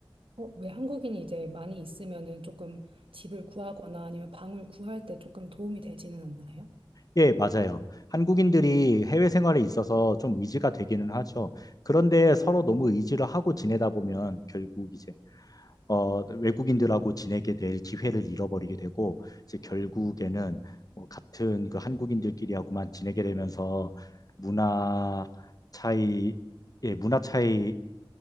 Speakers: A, on the right; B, on the left.
A: 어, 왜 한국인이 이제 많이 있으면은 조금 집을 구하거나 아니면 방을 구할 때 조금 도움이 되지는 않나요?
B: 예, 맞아요. 한국인들이 해외 생활에 있어서 좀 의지가 되기는 하죠. 그런데 서로 너무 의지를 하고 지내다 보면 결국 이제 어, 외국인들하고 지내게 될 기회를 잃어버리게 되고 이제 결국에는 어, 같은 그 한국인들끼리하고만 지내게 되면서 문화 차이, 예, 문화 차이